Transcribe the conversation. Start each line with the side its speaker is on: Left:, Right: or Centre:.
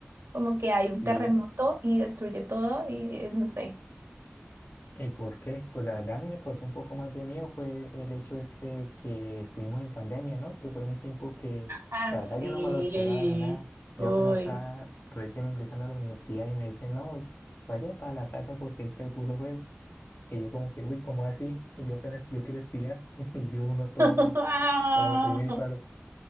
Right: como que hay un
Left: Sí.
Right: terremoto y destruye todo y eh, no sé.
Left: ¿Y por qué? Pues la verdad a mí me causó un poco más de miedo fue el hecho este que estuvimos en pandemia, ¿no? Que fue un tiempo que
Right: ah
Left: la
Right: sí
Left: verdad yo no me lo esperaba de la nada. Yo
Right: Uy.
Left: apenas estaba recién ingresando a la universidad y me decían, no, vaya para la casa porque esto se puso feo. Y yo como que, uy, ¿cómo así? Y yo apenas, yo quiero estudiar. <laughs> Y yo uno todo,
Right: <laughs> Ah,
Left: todo primíparo.